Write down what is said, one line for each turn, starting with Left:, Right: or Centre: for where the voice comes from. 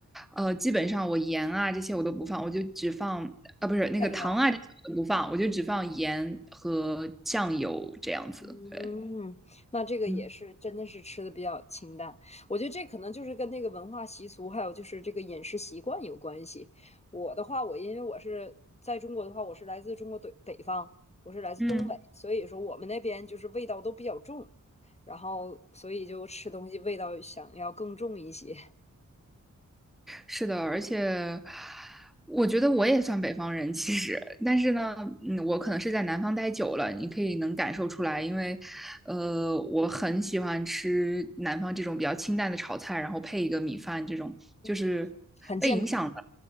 Centre: 呃，基本上我盐啊这些我都不放，我就只放啊，不是那个糖啊这些我都不放，
Left: 酱油。
Centre: 我就只放盐和酱油这样子。
Left: 嗯，
Centre: 对，
Left: 那这个也是真的是吃的比较清淡，
Centre: 嗯。
Left: 我觉得这可能就是跟那个文化习俗，还有就是这个饮食习惯有关系。我的话，我因为我是在中国的话，我是来自中国北北方，我是来自东北，
Centre: 嗯。
Left: 所以说我们那边就是味道都比较重，然后所以就吃东西味道想要更重一些，
Centre: 是的，而且我觉得我也算北方人，其实，但是呢，嗯，我可能是在南方待久了，你可以能感受出来，因为，呃，
Left: 嗯
Centre: 我很喜欢吃南方这种比较清淡的炒菜，然后配一个米饭，这种就是被影响的，
Left: 嗯，很健康，